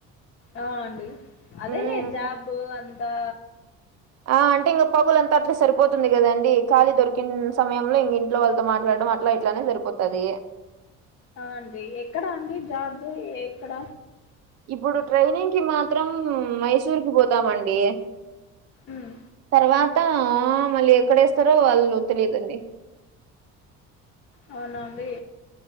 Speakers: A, on the left; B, on the right.
A: అ అండి అదే
B: హ్మ్
A: లే జాబు అంతా
B: ఆ అంటే ఇంగ పగులంతా అట్లా సరిపోతుంది కదా అండి ఖాళీ దొరికిన సమయంలో ఇంగ ఇంట్లో వాళ్లతో మాట్లాడం అ ట్ల ఇట్లనే సరిపోతది
A: ఆ అండి ఎక్కడా అండి జాబ్ ఎక్కడ
B: ఇప్పుడు ట్రైనింగ్ కి మాత్రం మైసూర్ కి పోతామండి
A: ఉమ్
B: తర్వాత మళ్ళీ ఎక్కడేస్తారో వాళ్ళు తెలియదండి
A: అవునా అండి